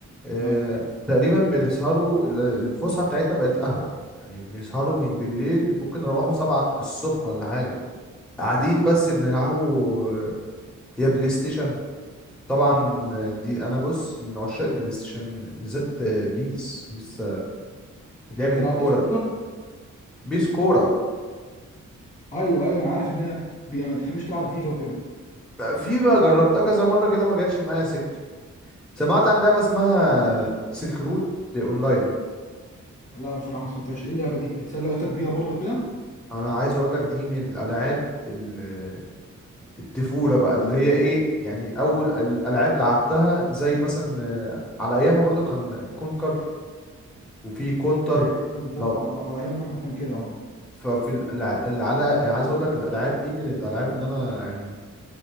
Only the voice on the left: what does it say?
ايوه
بتحب
تلعب
بيس اكتر
ايوه ايوه انا عارف انها بي- ما بتحبش تلعب فيفا وكده
لا بصراحه ما سمعتهاش ايه اللعبه دي بتسلي وقتك بيها برضو كده
ايوه أيوة بالظبط
على على ايامنا احنا كان كده اه